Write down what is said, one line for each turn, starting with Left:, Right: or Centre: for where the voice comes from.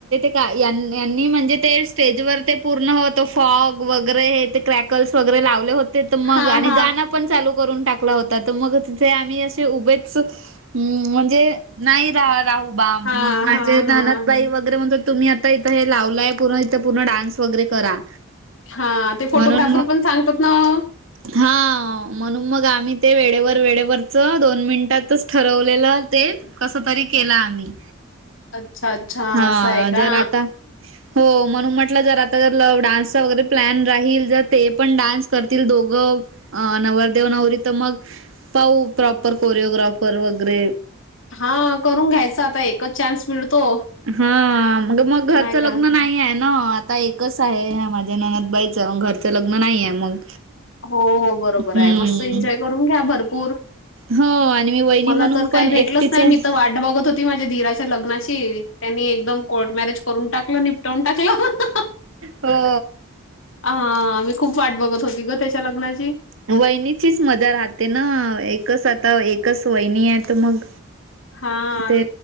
Right: या -यांनी म्हणजे ते स्टेजवर ते पूर्ण तो फॉग वगैरे ते क्रॅक वगैरे लावले होते तर मग
Left: हां,
Right: आणि
Left: हां.
Right: गान पण चालू करून टाकला होता तर मग तिथे आम्ही असे उभेच हम् म्हणजे नाही रा- राह उभा मग
Left: हां,
Right: माझे
Left: हां,
Right: ननदबाई
Left: हां.
Right: वगैरे म्हणत हो तुम्ही आता इथं हे लावलंय पूर्ण हित पूर्ण डान्स वगैरे करा.
Left: हा ते फोटोग्राफर
Right: म्हणून मग
Left: पण सांगतात ना ओ.
Right: हा म्हणून मग आम्ही ते वेळेवर वेळेवरच दोन मिनिटातच ठरवलेलं ते. कस तरी केला आम्ही.
Left: अच्छा अच्छा
Right: हा
Left: असं हाय का?
Right: जर आता हो म्हणून म्हटलं जर आता जर ल- डान्सचा वगैरे प्लॅन राहील जर ते पण डान्स कर तील दोघं अ- नवरदेव नवर तर मग पाऊ प्रॉपर कोरिओग्राफर वगैरे.
Left: हा करून घ्यायच आता एकच चान्स मिळतो.
Right: हा मग घरचं
Left: नाही का?
Right: लग्न नाही याय ना आता एक कसं आहे ह्या माझ्या ननंद बाईचं घरचं लग्न नाहीया मग
Left: हो बरोबर
Right: हम्म
Left: हाय मस्त एन्जॉय करून घ्या भरपूर.
Right: हो आणि मी वहिनी
Left: मला
Right: म्हणून
Left: तर
Right: पण
Left: काही भेटलच
Right: एकटीच
Left: नाही
Right: आहे
Left: मी तर वाट बघत होती माझ्या दिरा लग्नाची त्यांनी एकदम कोर्ट मॅरेज करून टाकलं निपटवून टाकलं.
Right: हो.
Left: आ -मी खूप वाट बघत होती ग त्याच्या लग्नाची.
Right: वहिनीचीच मजा राहते ना एकच आता एकच वहिनी आहेत मग.
Left: हां,
Right: ते